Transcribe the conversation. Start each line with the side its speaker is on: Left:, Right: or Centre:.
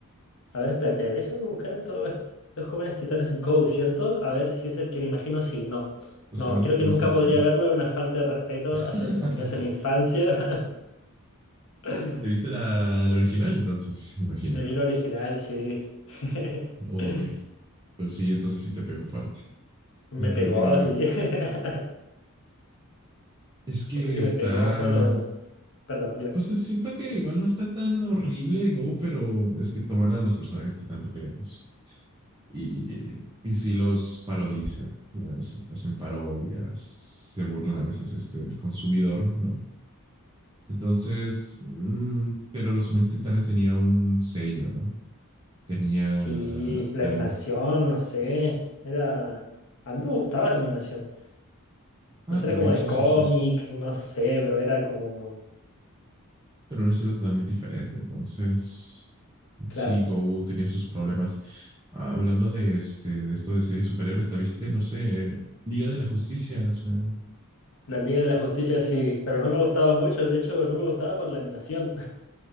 Left: a ver, espérate, déjame buscar esto, estos jóvenes titanes Go, ¿cierto? A ver si es el que me imagino, sí, no.
Right: Los, los
Left: No,
Right: Jóvenes
Left: creo
Right: Titanes
Left: que nunca
Right: en Acción.
Left: podría verlo, es una falta de respeto
Right: <laughs>
Left: hacia mi, hacia mi infancia. <laughs>
Right: ¿Te viste la, la original entonces? Imagino.
Left: Me vi el original, sí. <laughs>
Right: Uy, pues sí, entonces sí te pegó fuerte.
Left: Me
Right: Definitivamente.
Left: pegó, sí. <laughs>
Right: Es que
Left: Otro que
Right: está...
Left: me pegó fue lo... Perdón, dime.
Right: Pues siento que igual no está tan horrible Go, pero es que toman a los personajes que tanto queremos y, y sí los parodizan, las, hacen parodias, se burlan a veces este, del consumidor, ¿no? Entonces, mmm, pero los jóvenes titanes tenía un sello, ¿no? Tenía
Left: Sí, la
Right: algo.
Left: animación, no sé. Era... A mí me gustaba la animación.
Right: Ah,
Left: No sé,
Right: también,
Left: era como de
Right: sí,
Left: cómic,
Right: sí, sí, sí.
Left: no sé, pero era como,
Right: pero un estilo totalmente diferente. Entonces,
Left: claro,
Right: sí, Go tenía sus problemas. Ah, Hablando de, este, de esto de series superhéroes, ¿te viste? No sé, Liga de la Justicia, o sea,
Left: la Liga de la Justicia sí, pero no me gustaba mucho, de hecho no me gustaba por la animación,